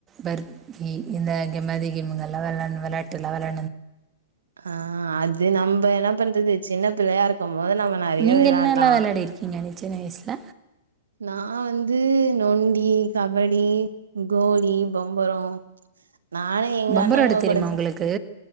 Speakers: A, on the right; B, on the right.
A: பர்க்கி இந்தந்த மாதிரி ல்லாம் விளா விளையாட்டுலாம் விளா
B: ஆஹ் அது நம்ம என்ன பண்றது சின்ன பிள்ளையா இருக்க மோது நம்ம நெறைய
A: நீங்க
B: வெளையாட்லா
A: என்னெல்லாம் விளையாடி இருக்கீங்க நீ சின்ன வயஸ்ல
B: நா வந்து நொண்டி கபடி கோலி பம்பரொ நானே எங்க
A: பம்பரம்
B: அண்ணாங்க
A: ஆட தெரியுமா
B: கூட ச
A: உங்களுக்கு